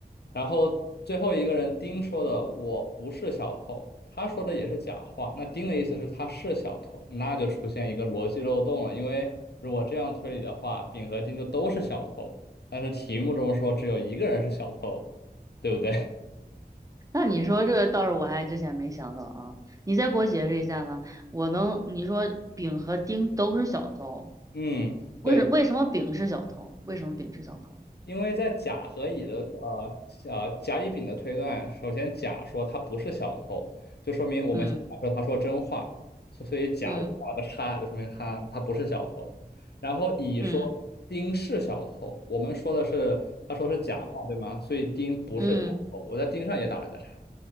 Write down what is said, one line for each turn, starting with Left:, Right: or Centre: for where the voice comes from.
Left: 然后最后一个人丁说的我不是小偷，他说的也是假话，那丁的意思是他是小偷，那就出现一个逻辑漏洞了。因为如果这样推理的话，丙和丁就都是小偷，但是题目中说只有一个人是小偷，对不对？
Right: 那你说这个倒是我还之前没想到啊，你再给我解释一下呢？我能，你说丙和丁都是小偷，
Left: <laughs> 嗯，
Right: 为什为什么丙是小偷？
Left: 对，
Right: 为什么丙是小偷？
Left: 因为在甲和乙的呃呃甲乙丙的推断，首先甲说他不是小偷，就说明我们先假设他说真话，
Right: 嗯
Left: 所所以甲我画了个叉，
Right: 嗯
Left: 就说明他他不是小偷。然后乙说丁是小偷，
Right: 嗯
Left: 我们说的是他说是假话，对吗？所以丁不是小偷，
Right: 嗯，
Left: 我在丁上也打了个叉。